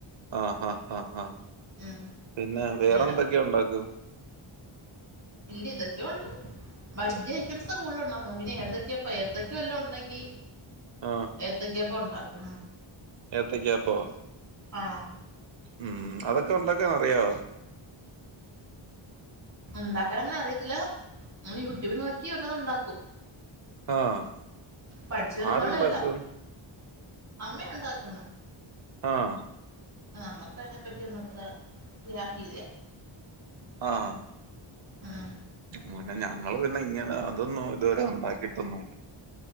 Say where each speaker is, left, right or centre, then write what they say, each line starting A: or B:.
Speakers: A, on the right; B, on the right.
A: ആഹ് ഹാ ഹാ ഹാ.
B: ഉം
A: പിന്നെ വേറെന്തൊക്കെ
B: അങ്ങനെ
A: ഉണ്ടാക്കും?
B: ഇല്ല ഇതൊക്കെയൊള്ളൂ. ബജ്ജ് ഐറ്റംസാ കൂടുതലുണ്ടാക്ക്ന്നെ. പിന്നെ ഏത്തക്ക്യപ്പം ഏത്തക്ക്യ വല്ലതു ഉണ്ടെങ്കി
A: ആഹ്
B: എത്തയ്ക്ക പ്പോണ്ടാക്കും.
A: എത്തക്കയപ്പോ?
B: ആഹ്
A: ഉം അതൊക്കെ ഉണ്ടാക്കാനറിയോ?
B: ഉണ്ടാക്കാൻ അങ്ങനെ അറിയത്തില്ല നമ്മൾ യൂട്യൂബി നോക്കി ഒരോന്ന് ഉണ്ടാക്കും.
A: ആഹ്
B: പഠിച്ചു വരുന്നോളല്ലാം
A: ആരുണ്ടാക്കും
B: അമ്മയണ്ടാക്കു
A: ആഹ്
B: നമുക്ക് അയ്നെപ്പറ്റിയന്നും അത്ര ഗ്രാഹിയമില്ല
A: ആഹ്
B: ഉം
A: മുന്നെ ഞങ്ങള് പിന്നെ ഇങ്ങനെ അതൊന്നും ഇതുവരെ ഉണ്ടാക്കിട്ടൊന്നുംല്ല.